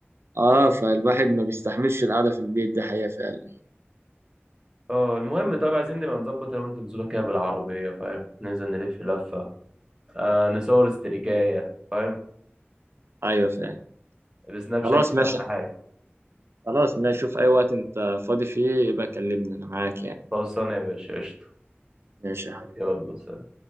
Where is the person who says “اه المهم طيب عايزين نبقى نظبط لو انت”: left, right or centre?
Right